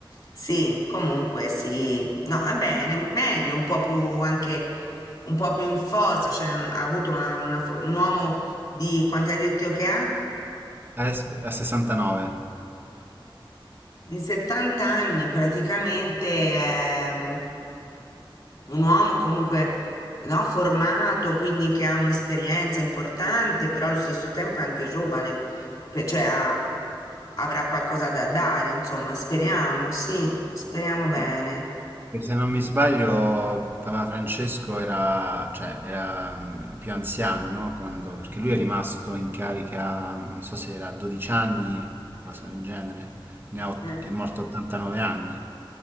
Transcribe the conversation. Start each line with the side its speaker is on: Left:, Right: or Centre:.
Left: Sì, comunque sì, no, è bene, meglio, un po' più anche, un po' più in forza, cioè, ha avuto una- una fo- un uomo di, quanto hai detto che ha?
Right: Adesso- A 69.
Left: Di 70 anni, praticamente, ehm, un uomo comunque no, formato, quindi che ha un'esperienza importante, però allo stesso tempo è anche giovane, pe- cioè ha- avrà qualcosa da dare, insomma, speriamo, sì, speriamo bene.
Right: Sì. E Se non mi sbaglio, Papa Francesco era, cioè, era mm, più anziano, no? Quando- perché lui è rimasto in carica, non so se era a 12 anni, cosa del genere, ne ha ott-
Left: Eh,
Right: è morto a 89 anni,